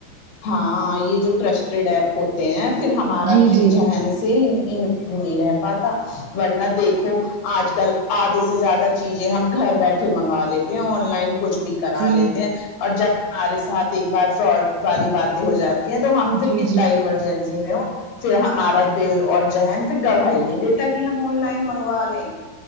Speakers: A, on the left; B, on the right.
A: ہاں یہ جو ٹرسٹیڈ ایپ ہوتے ہیں پھر ہمارا
B: جی جی
A: ذہن سے ان بھی نہیں رہ پاتا ورنہ دیکھو آج کل آدھے سے زیادہ چیزیں ہم گھر بیٹھے منگا لیتے ہیں آن لائن کچھ بھی کرا
B: جی
A: لیتے ہیں اور جب ہمارے ساتھ ایک بار فراڈ والی باتیں ہو جاتی یہ تو ہم پھر
B: جی
A: کتتا
B: جی
A: ہی ایمرجنسی میں ہو پھر ہمارا دل اور ذہن سے گواہی نہیں دیتا کہ ہم آن لائن منگوا لیں